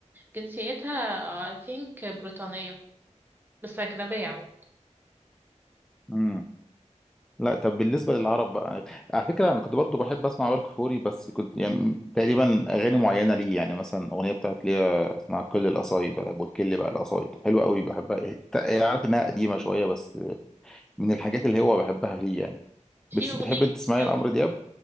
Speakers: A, on the right; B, in the centre.
A: جنسيتها I think بريطانية بس أجنبية عموما
B: امم لا طب بالنسبه للعرب بقى على فكره انا كنت برضو بحب اسمع وائل كفوري بس كنت يعني تقريبا اغاني معينه ليه يعني مثلا اغنيه بتاعت ليه اسمها كل القصايد ولا بركل بقى القصايد حلوه قوي بحبها هي هي عارف انها قديمه شويه بس من الحاجات اللي هو بحبها ليه يعني
A: في
B: بت-
A: أغنية
B: بتحب انت تسمعي
A: آه،
B: لعمرو دياب